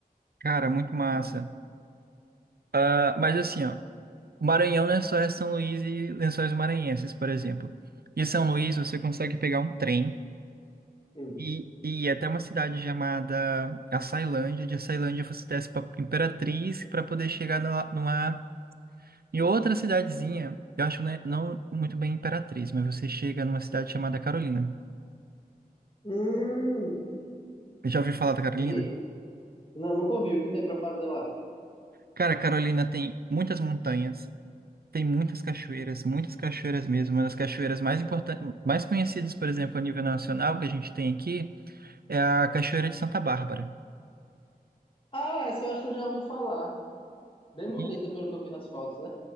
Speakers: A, on the right; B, on the left.
A: Cara, muito massa. Ah, Mas assim, ó. O Maranhão não é só é São Luís e Lençóis Maranhenses, por exemplo. De São Luís, você consegue pegar um trem
B: Hum.
A: e, e ir até uma cidade chamada Açailândia. De Açailândia, você desce para Imperatriz para poder chegar numa, numa- em outra cidadezinha. Eu acho, né, não muito bem Imperatriz, mas você chega numa cidade chamada Carolina.
B: Hum.
A: Já ouviu falar da Carolina?
B: E aí? Não, nunca ouvi. O que tem pra fazer lá?
A: Cara, Carolina tem muitas montanhas, tem muitas cachoeiras, muitas cachoeiras mesmo. Uma das cachoeiras mais importantes, mais conhecidas, por exemplo, a nível nacional que a gente tem aqui É a Cachoeira de Santa Bárbara.
B: Ah, essa eu acho que eu já ouvi falar. Bem bonita,
A: E-
B: pelo que eu vi nas fotos, né?